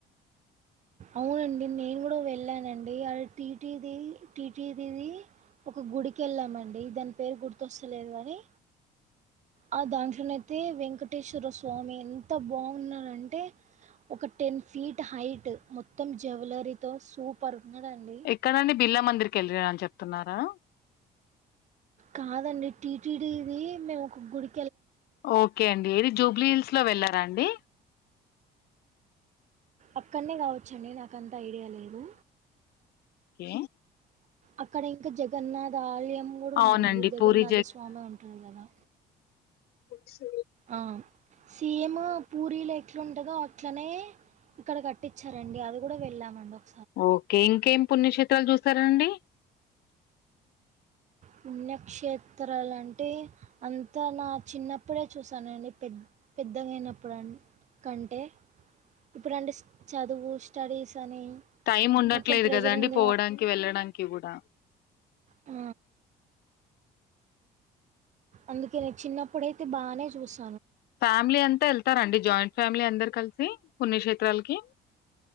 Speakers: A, on the right; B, on the left.
A: అవునండి నేను కూడా వెళ్ళానండి అది టీటీది టీటీదిది ఒక గుడికి వెళ్ళామండి దాని పేరు గుర్తొస్తలేదు కాని ఆ దాంట్లోనయితే వెంకటేశ్వర స్వామి ఎంత బాగున్నారంటే ఒక టెన్ ఫీట్ హైట్ మొత్తం జువెలరీతో సూపర్ ఉన్నాడండి
B: ఎక్కడండి బిర్లా మందిర్ కెళ్ళిరా ఆన్ చెప్ ప్తున్నారా
A: కాదండి టీటిడిది మేము ఒక గుడి
B: ఓకే అండి ఏది జూబ్ బ్లీహిల్స్ లో వెళ్ళారా అండి
A: అక్కడనే కావచ్చండి నాకంత ఐడియా లే దు
B: కే
A: అక్కడ ఇంకా జగన్నాథ ఆలయం కూడా
B: అవునండి
A: ఉందండి జగన్నాథ
B: పూరి
A: స్వామి ఉంటడు కదా
B: స
A: ఆ సేమ్ పూరీల ఎట్లాంటదో అట్లనే ఇక్కడ కట్టించారండి అది కూడా వెళ్ళామండి ఓక్
B: ఓకే ఇంకేం పుణ్యక్షేత్రాలు చూసారండి
A: పుణ్యక్షేత్రాలంటే అంతా నా చిన్న ఇప్పుడే చూసానండి పె పెద్దగాయినప్పుడు కంటే ఇప్పుడుంటే చదువు స్టడీస్ అని
B: టైం ఉండట్లేదు
A: మొత్తం ప్రెషర్
B: కదా అండి
A: ఉంది
B: పోవడానికి
A: కాబట్టి
B: వెళ్ళడానికి కూడా
A: ఆ అందుకేను చిన్నప్పుడైతే బానే చూస్తా
B: ఫ్యామిలీ అంతా వెళ్తారంండి జాయింట్ ఫ్యామిలీ అందరు కలిసి పుణ్యక్షేత్రాలకి